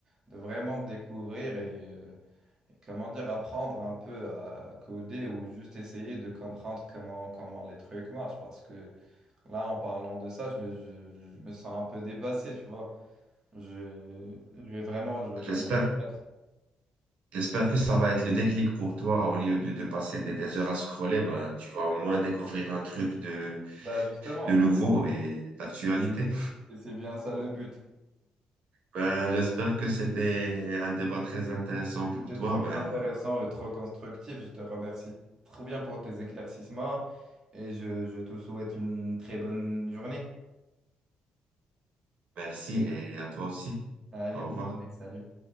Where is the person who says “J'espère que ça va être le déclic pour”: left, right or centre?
Right